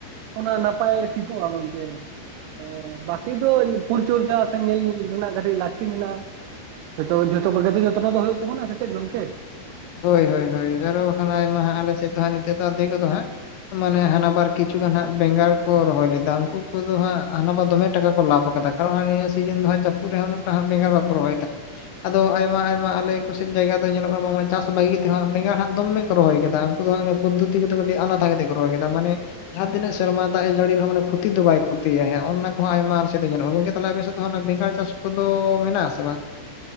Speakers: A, on the right; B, on the left.
A: ᱚᱱᱟ ᱱᱟᱯᱟᱭ ᱴᱷᱤᱠᱚᱜᱼᱟ ᱜᱚᱝᱠᱮ ᱾ ᱛᱚ ᱵᱟᱠᱤ ᱫᱚ ᱯᱨᱚᱨᱤᱪᱚᱨᱪᱟ ᱥᱮ ᱧᱮᱞ ᱨᱮᱱᱟᱜ ᱠᱟᱹᱴᱤᱡ ᱞᱟᱹᱠᱛᱤ ᱢᱮᱱᱟᱜᱼᱟ ᱾ <unintelligible> ᱡᱚᱛᱚ ᱠᱚᱜᱮ ᱛᱮ ᱡᱚᱛᱱᱚ ᱫᱚ ᱦᱩᱭᱩᱜ ᱛᱟᱵᱚᱱᱟ ᱥᱮ ᱪᱮᱫ ᱜᱚᱝᱠᱮ
B: ᱦᱳᱭ ᱦᱳᱭ ᱦᱳᱭ ᱾ ᱟᱨᱚ ᱮᱠᱷᱟᱱ ᱟᱭᱢᱟ ᱟᱞᱮ ᱥᱮᱫ ᱫᱚ ᱦᱟᱸᱜ ᱱᱤᱛᱚᱜ ᱫᱚ ᱟᱫᱷᱮ ᱠᱚ ᱫᱚ ᱦᱟᱸᱜ ᱢᱟᱱᱮ ᱦᱟᱱᱟ ᱵᱟᱨ ᱠᱤᱪᱷᱩ ᱜᱟᱱ ᱦᱟᱸᱜ ᱵᱮᱸᱜᱟᱲ ᱠᱚ ᱨᱚᱦᱚᱭ ᱞᱮᱫᱟ ᱩᱱᱠᱩ ᱠᱚᱫᱚ ᱦᱟᱸᱜ ᱦᱟᱱᱟ ᱵᱟᱨ ᱫᱚᱢᱮ ᱴᱟᱠᱟ ᱠᱚ ᱞᱟᱵᱷ ᱟᱠᱟᱫᱟ ᱾ ᱱᱚᱜᱼᱚᱭ ᱱᱚᱣᱟ ᱱᱤᱭᱟᱹ ᱥᱤᱡᱤᱱ ᱫᱚ ᱦᱟᱜ ᱡᱟᱹᱯᱩᱫ ᱨᱮᱦᱚ ᱩᱱᱟᱹᱜ ᱴᱟᱜ ᱦᱚᱸ ᱵᱮᱸᱜᱟᱲ ᱵᱟᱠᱚ ᱨᱚᱦᱚᱭ ᱮᱫᱟ ᱾ ᱟᱫᱚ ᱟᱭᱢᱟ ᱟᱭᱢᱟ ᱟᱞᱮ ᱠᱚ ᱥᱮᱫ ᱡᱟᱭᱜᱟ ᱫᱚ ᱧᱮᱞᱚᱜᱼᱟ ᱵᱟᱝᱢᱟ ᱪᱟᱥ ᱵᱟᱹᱜᱤ ᱠᱟᱛᱮᱫ <unintelligible> ᱵᱮᱸᱜᱟᱲ ᱦᱟᱸᱜ ᱫᱚᱢᱮ ᱠᱚ ᱨᱚᱦᱚᱭ ᱟᱠᱟᱫᱟ ᱩᱱᱠᱩ ᱫᱚ ᱯᱚᱫᱽᱷᱚᱛᱤ ᱠᱚᱫᱚ ᱠᱟᱹᱴᱤᱡ ᱟᱞᱟᱫᱟ ᱠᱟᱛᱮ ᱠᱚ ᱨᱚᱦᱚᱭ ᱟᱠᱟᱫᱟ ᱢᱟᱱᱮ ᱾ ᱡᱟᱦᱟᱸ ᱛᱤᱱᱟᱹᱜ ᱥᱮᱨᱢᱟ ᱫᱟᱜ ᱮ ᱡᱟᱹᱲᱤ ᱨᱮᱦᱚᱸ ᱢᱟᱱᱮ ᱠᱷᱚᱛᱤ ᱫᱚ ᱵᱟᱭ ᱠᱷᱚᱛᱤᱭᱟᱭ ᱦᱮᱸ ᱚᱱᱟ ᱦᱚᱸ ᱟᱭᱢᱟ ᱟᱞᱮ ᱥᱮᱫ ᱫᱚ ᱧᱮᱞᱚᱜᱼᱟ ᱜᱚᱝᱠᱮ ᱛᱟᱦᱚᱞᱮ ᱟᱯᱮ ᱥᱮᱫ ᱱᱚᱜᱼᱚ ᱱᱚᱣᱟ ᱵᱮᱸᱜᱟᱲ ᱪᱟᱥ ᱠᱚᱫᱚ ᱢᱮᱱᱟᱜ-ᱟ ᱥᱮ ᱵᱟᱝ?